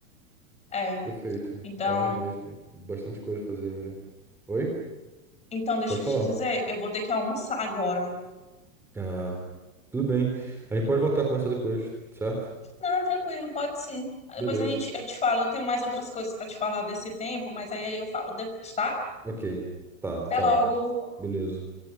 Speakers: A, on the left (about 15°); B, in the centre.
A: É,
B: Perfeito.
A: então
B: É mesmo. Bastante coisa a fazer ainda. Oi?
A: Então, deixa
B: Pode
A: eu te
B: falar.
A: dizer, eu vou ter que almoçar agora.
B: Ah, tudo bem. A gente pode voltar a conversar depois, certo?
A: Não, tranquilo, pode sim. Depois
B: Beleza.
A: a gente, eu te falo, eu tenho mais outras coisas para te falar desse tempo, mas aí aí eu falo depois, tá?
B: Ok. Tá,
A: Até
B: tchau.
A: logo.
B: Beleza.